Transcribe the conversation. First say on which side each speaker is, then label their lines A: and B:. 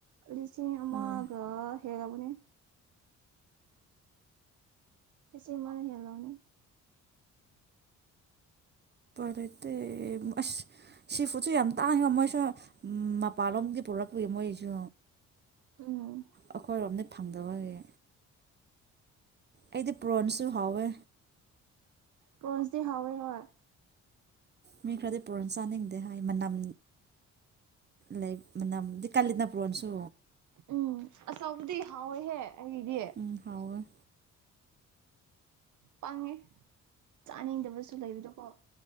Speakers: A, on the right; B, on the right.
A: ꯂꯤꯁꯤꯡ ꯃꯒ
B: ꯑꯣ
A: ꯍꯦꯒꯕꯅꯦ ꯑꯦꯁ ꯃꯅ ꯍꯦꯜꯂꯅꯤ
B: ꯂꯩꯇꯦ ꯑꯁ ꯁꯤꯐꯨꯠꯁꯨ ꯌꯥꯝ ꯇꯥꯡꯉꯤꯕ ꯃꯣꯏꯁꯨ ꯃꯄꯥꯟꯂꯣꯝꯒꯤ ꯄꯨꯂꯛ ꯑꯗꯨꯒꯤ ꯃꯣꯏꯁꯨ
A: ꯎꯝ
B: ꯑꯩꯈꯣꯏꯔꯣꯝꯗ ꯐꯪꯗꯕꯒꯤ ꯑꯩꯗꯤ ꯄ꯭ꯔꯣꯟꯁꯨ ꯍꯥꯎꯋꯦ
A: ꯄꯣꯁꯗꯤ ꯍꯋꯏ ꯍ
B: ꯃꯤ ꯈꯔꯗꯤ ꯄꯨꯔꯣꯟ ꯆꯥꯅꯤꯡꯗꯦ ꯍꯥꯏ ꯃꯅꯝ ꯂꯩ ꯃꯅꯃꯗꯤ ꯀꯂꯂꯤꯅꯥ ꯄꯨꯣꯟꯁꯨ
A: ꯎꯝ ꯑꯆꯥꯎꯕꯗꯤ ꯍꯥꯎꯋꯦꯍꯦ ꯑꯩꯒꯤꯗꯤ
B: ꯎꯝ ꯍꯥꯎ
A: ꯄꯪꯉꯦ ꯆꯥꯅꯤꯡꯗꯕꯁꯨ ꯂꯩꯕꯗꯣꯀꯣ